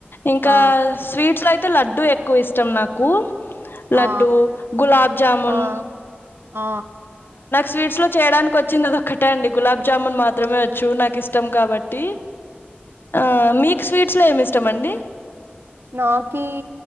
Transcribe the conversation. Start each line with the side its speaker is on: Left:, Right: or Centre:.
Left: ఇంకా
Right: ఆ
Left: స్వీట్స్ లో అయి అయితే లడ్డూ ఎక్కువ ఇష్టం నాకు
Right: ఆ
Left: లడ్డూ గులాబ్ జామూన్
Right: ఆ ఆ
Left: స్వీట్స్ లో చేయడానికి వచ్చింది అది ఒక్కటే అండి గులాబ్ జామున్ మాత్రమే వచ్చు నాకు ఇష్టం కాబట్టి ఆ మిక్ స్వీట్ అట్లో ఏమి ఇష్టమ అండి
Right: నాకిీ